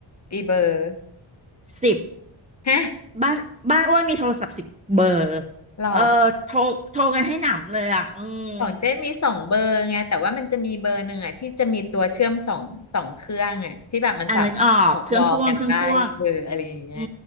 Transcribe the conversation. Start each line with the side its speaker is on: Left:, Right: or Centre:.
Left: ปีเบอร์
Right: สิบ
Left: ฮะ
Right: บ้านบ้านอ้วนมีโทรศัพท์สิบเบอร์
Left: หรอ
Right: เออโทรโทรกันให้หนำเลยอ่ะอืม
Left: ของเจ๊มีสองเบอร์ไงแต่ว่ามันจะมีเบอร์หนึ่งอ่ะที่จะมีตัวเชื่อมสองสองเครื่องอ่ะที่แบบมันสามารถบอกวอลกันได้เอออะไรอย่างเงี้ย
Right: อ่านึกออกเครื่องพ่วงเครื่องพ่วงอื